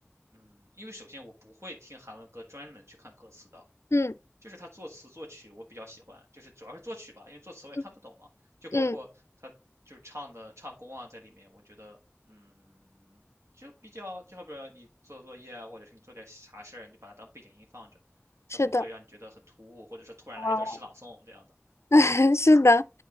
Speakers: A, on the right; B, on the left.
A: 嗯，因为首先我不会听韩文歌专门去看歌词的，
B: 嗯
A: 就是他作词作曲我比较喜欢，就是主要是作曲吧，因为作词我也看不懂嘛，
B: 嗯，
A: 就包括他就是唱的唱功啊在里面，
B: 嗯，
A: 我觉得嗯，就比较就好比说你做作业啊，或者是你做点啥事儿，你就把它当背景音放着，它不会让你觉得很突兀，
B: 是的，
A: 或者是突然来一段诗朗诵这样的。
B: 哦，<laughs> 是的，